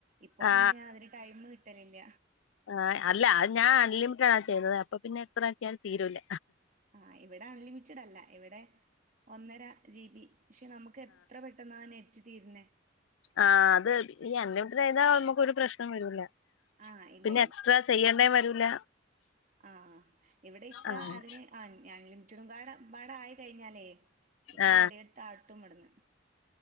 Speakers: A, on the right (about 40°); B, on the left (about 80°).
A: ഇപ്പൊ
B: ആ
A: പിന്നെ അതിന് ടൈം കിട്ടലില്ല.
B: ആഹ അല്ല അത് ഞാൻ അൺലിമിറ്റഡ ആ ചെയ്തത് അപ്പൊ പിന്നെ എത്രാക്കിയാലും തീരൂല.
A: ആഹ ഇവിടെ അൺലിമിറ്റഡ് അല്ല ഇവിടെ ഒന്നര ജി ബി പക്ഷെ നമക്ക് എത്ര പെ ട്ടെന്നാ നെറ്റ് തീര് നെ.
B: ആഹ് അത് ഈ അൺലിമിറ്റഡ് ആയാ നമുക്കൊരു പ്രശ്നം വരൂല
A: ആഹ് ഇല്ല
B: പിന്നെ എക്സ്ട്രാ. ചെയ്യണ്ടേ വരൂല.
A: ആഹ ഇവ്ടെ ഇക്കാ
B: അങ്ങനെ
A: അതിന് ആഹ അൺലിമിറ്റടും മ്പാട ആയി കഴിഞ്ഞാലേ. ഇക്ക
B: ആ
A: വടിയെട്ത്ത് ആട്ടും ബട്ന്ന്.